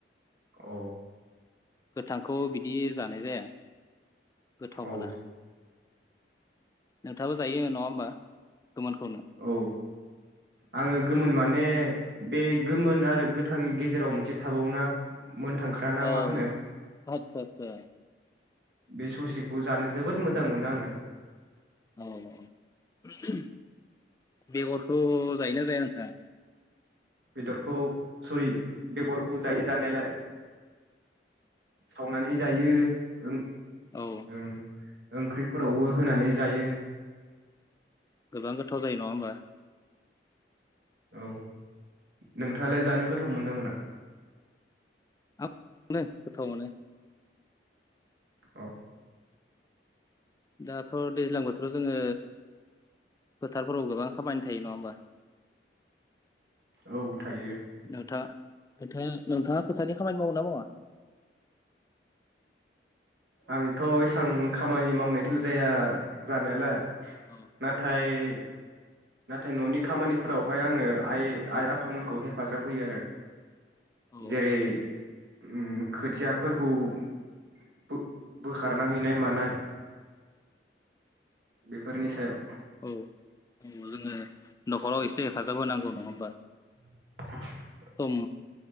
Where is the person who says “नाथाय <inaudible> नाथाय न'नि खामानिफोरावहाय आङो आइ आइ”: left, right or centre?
Right